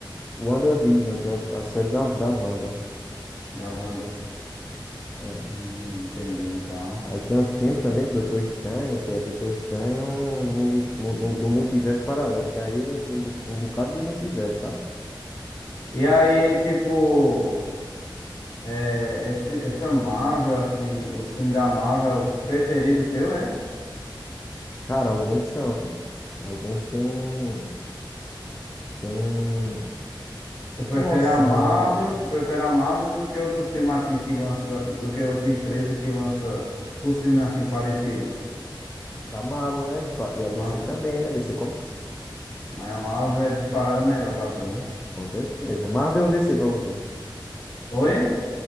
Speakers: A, on the left; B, on the left.
A: WandaVision, que é a, a série da, da Wanda.
B: A Wanda.
A: É.
B: Hum, entendi, então.
A: Aí tem um filme também do Doutor Estranho, que é Doutor Estranho no, mundi- mu- no- do multiverso paralelo, que aí ele entra em bu- um bocado de multiverso, sabe?
B: E aí, tipo, é, esse, essa Marvel, assim, os filmes da Marvel, é o preferido teu, é?
A: Cara, alguns são, cara. Alguns tem, tem um,
B: Tu prefere
A: emoção.
B: a Marvel, tu prefere a Marvel do que outro filme assim que lança, do que outra empresa que lança os filmes assim parecido
A: A Marvel, né? Tipo, a- e
B: Marvel,
A: a DC também, né? DC, como, se-
B: mas a Marvel é disparada melhor pra tu, né?
A: com certeza. Marvel ou DC pra você?
B: Oi?